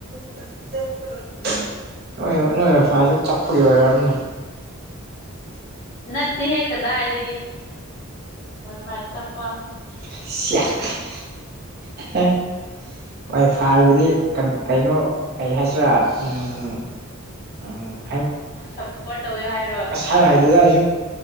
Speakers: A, on the right; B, on the left.
A: <unintelligible> ꯅꯣꯏ ꯅꯣꯏ ꯋꯥꯏꯐꯥꯏꯗ ꯆꯄꯒꯤ ꯑꯣꯏꯔꯥꯝꯅꯦ
B: ꯅꯠꯇꯦ ꯍꯦ ꯀꯗꯥꯏꯗꯒꯤ ꯋꯥꯏ ꯐꯥꯏ ꯆꯞꯄ
A: <unintelligible> ꯋꯥꯏ ꯐꯥꯏꯕꯨꯗꯤ ꯀꯩꯅꯣ ꯀꯩ ꯍꯥꯏꯁꯤꯔꯥ ꯎꯝ ꯎꯝ
B: ꯁꯞꯄꯣꯔꯠ ꯇꯧꯋꯦ ꯍꯥꯏꯔꯣ
A: ꯁꯥꯏ ꯍꯥꯏꯗꯦꯗ ꯑꯩꯁꯨ